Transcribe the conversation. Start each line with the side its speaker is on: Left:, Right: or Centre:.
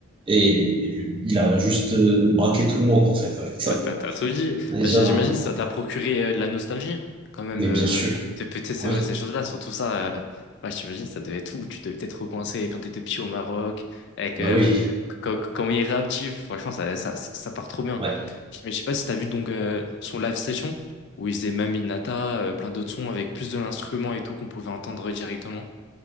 Right: et il a juste euh, braqué tout le monde en fait avec ça.
Left: T'as t'as- t'as tout dit.
Right: Déjà
Left: J-
Right: là.
Left: J'imagine que ça t'a procuré euh, de la nostalgie, quand même.
Right: Mais
Left: euh,
Right: bien sûr,
Left: t'es- peut-être, c'est
Right: oui.
Left: vrai, ces choses-là, surtout ça. euh, ouais, j'imagine que ça devait être fou. Tu devais peut-être repenser quand t'étais petit au Maroc, avec
Right: Bah
Left: euh,
Right: oui,
Left: co- co- comment il est réactif. Franchement, ça, ça, ça- ça part trop bien.
Right: ouais.
Left: Je- Mais je sais pas si t'as vu donc euh, son live session, où il faisait même Inata, euh, plein d'autres sons avec plus de l'instrument et tout qu'on pouvait entendre directement.